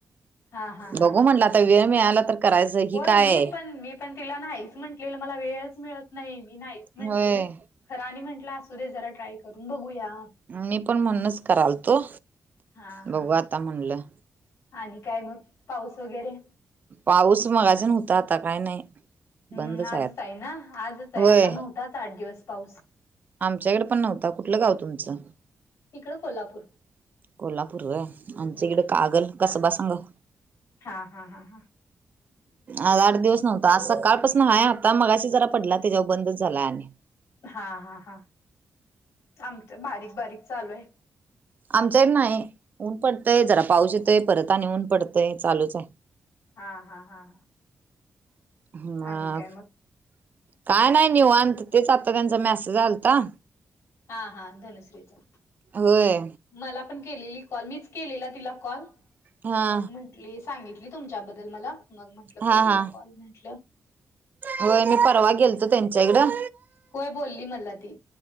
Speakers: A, on the left; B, on the right.
A: हा हा हा
B: बघू
A: हा
B: म्हणलं, आता वेळ मिळाला तर करायचं ही
A: होय.
B: काय
A: मी पण, मी पण तिला नाहीच म्हटलेलं. मला वेळच मिळत नाही, मी नाहीच म्हटलेलं.
B: होय
A: खरं आणि म्हटलं असू दे, जरा ट्राय करून बघूया.
B: मी पण म्हणूनच करायलतो,
A: हा
B: बघू
A: हा
B: आता म्हणलं
A: आणि काय मग? पाऊस वगैरे.
B: पाऊस मघाच्यानं होता, आता काय नाही.
A: हम्म्..
B: बंदच
A: आजच
B: आता
A: आहे ना? आजच आहे,
B: होय
A: आता नव्हताच आठ दिवस पाऊस.
B: आमच्याकडे पण नव्हता, कुठलं गाव तुमचं?
A: इकडं, कोल्हापूर.
B: कोल्हापूर होय. आमच्याकडे
A: हम्म
B: कागल, कसबा, सांगाव.
A: हा.. हा.. हा.. हा.
B: आज आठ दिवस नव्हता, आज सकाळपासनं आहे. आता मगाशी जरा पडला, त्याच्यावर बंदच झाला आणि.
A: हा.. हा.. हा. आमच्याकडे, बारीक-बारीक चालू आहे.
B: आमच्याकडं नाही. ऊन पडतंय, जरा पाऊस येतोय. परत आणि ऊन पडतंय, चालूच आहे.
A: हा.. हा.. हा.. हा.
B: मग.
A: आणि काय
B: काय नाही, निवांत. तेच आता, त्यांचा मेसेज आलता.
A: हा.. हा. धनश्रीचा.
B: होय
A: मला पण केलेला कॉल, मीच केलेला तिला कॉल.
B: हा
A: मग म्हंटली, सांगितलं तुमच्याबद्दल मला. मग म्हंटलं,
B: हा
A: करूया
B: हा
A: कॉल म्हटलं.
B: होय. मी परवा, गेलतो त्यांच्या इकडं.
A: होय, बोलली मला ती.